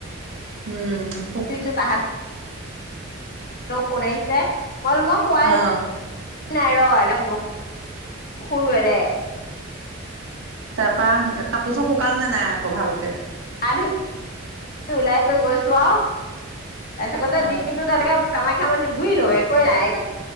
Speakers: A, on the right (about 70°); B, on the left (about 45°).
A: উম
B: তিছো তাহাঁত। ৰহ কোন আহিছে? হল মই খোৱাই?
A: অ
B: নাই ৰ এনেকুৱ। সৰুৱেৰে।
A: তা পাম। কাপোৰযোৰ শুকাল নে নাই আক ভাল। এক
B: আৰু ওলাই গৈছো আৰু। তাৰপিছ গতে
A: অ
B: দিনটোত তেনেকে কামাই। কাম্যখা ঘোৰিলো একো এই নাই